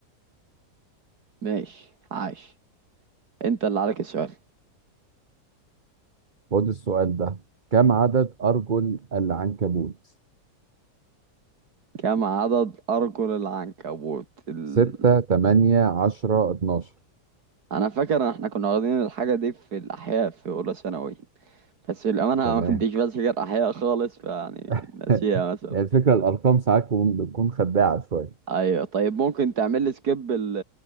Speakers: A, on the right (about 70°); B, on the right (about 35°).
A: ماشي عاش انت اللي عليك السؤال
B: خد السؤال ده كم عدد ارجل العنكبوت؟
A: كم عدد ارجل العنكبوت ال...
B: ستة، تمانية، عشرة، اتناشر
A: انا فاكر ان احنا كنا واخدين الحاجه دي في الاحياء في اولى ثانوي بس للامانه أنا
B: تمام
A: ما كنتش بذاكر احياء خالص فيعني
B: <laughs>
A: ناسيها مثلا
B: يعني الفكرة الارقام ساعات بتكون بتكون خداعة شوية
A: ايوه طيب ممكن تعمل لي سكيب ال...